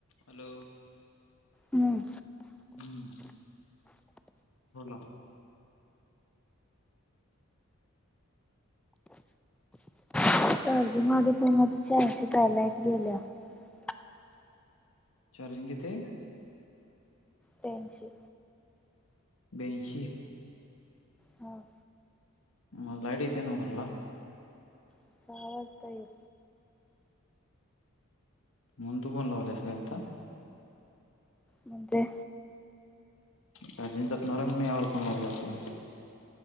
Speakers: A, on the left (about 70°); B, in the centre.
A: Hello
B: हम्म
A: हम बोला?
B: <unintelligible>
A: चार्जिंग कितीहाय?
B: पंचे
A: ब्यांएशी.
B: हाव
A: म लाईट इत्या नवं घरला?
B: सहज पाइर
A: म्हणून तू फोन लावल्यास व्हय आता.
B: म्हणजे
A: चार्जिंग संपणार म्हणून यावर फोन लावल्या असे.